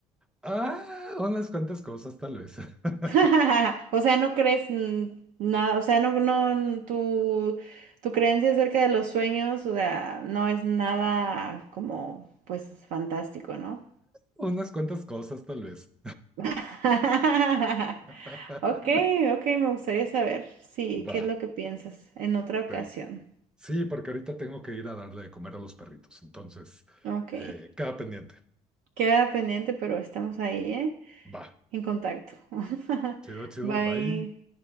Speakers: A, in the centre; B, on the right (about 75°).
A: Ah, unas cuantas cosas, tal vez. <laughs>
B: <laughs> O sea, no crees mm, nada, o sea, no, no, mm, tu, tu creencia acerca de los sueños, o sea, no es nada como, pues, fantástico, ¿no?
A: Unas cuantas cosas, tal vez.
B: <laughs>
A: <laughs>
B: Ok, ok, me gustaría saber, sí,
A: Va,
B: qué es lo que piensas en otra ocasión.
A: sí. Sí, porque ahorita tengo que ir a darle de comer a los perritos. Entonces,
B: Ok,
A: eh, queda pendiente.
B: queda pendiente, pero estamos ahí, ¿eh?
A: Va.
B: En contacto. <laughs>
A: Chido, chido.
B: Bye.
A: Bye.